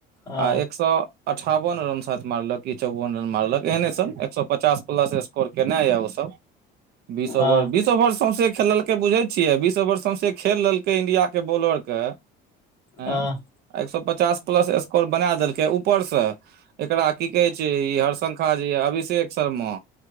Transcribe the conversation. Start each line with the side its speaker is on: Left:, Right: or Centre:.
Left: हँ
Right: आ एक सौ अठावन रन शायद मारलक, कि चौवन रन मारलक। एहने सन, एक सौ पचास प्लस स्कोर केना य ओ सब, बीस
Left: हँ
Right: ओवर बीस ओवर सौंस खेलल कय बुझे छियै, बीस ओवर सौंसे खेल रहल लकै इंडिया के बॉलर के, एँ।
Left: हँ
Right: एक सौ पचास प्लस स्कोर बना देलकै ऊपर से, एकरा की कहे छै इ <unintelligible> जे य अभिषेक शर्मा